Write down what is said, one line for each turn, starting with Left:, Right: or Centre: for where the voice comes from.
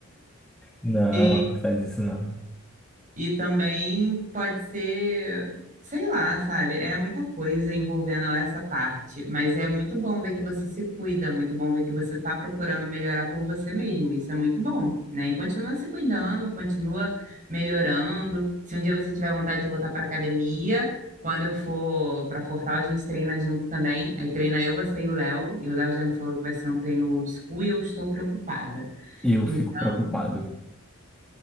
Centre: Não,
Right: E
Centre: não faz isso não.
Right: E também pode ser, sei lá, sabe? É muita coisa envolvendo essa parte, mas é muito bom ver que você se cuida, muito bom ver que você está procurando melhorar por você mesmo. Isso é muito bom, né? E continua se cuidando, continua melhorando. Se um dia você tiver vontade de voltar para academia, quando eu for para Fortal, a gente treina junto também. Aí treina eu, você e o Léo. E o Léo já me falou que vai ser um treino old school e eu estou preocupada.
Centre: Eu
Right: Então,
Centre: fico preocupado,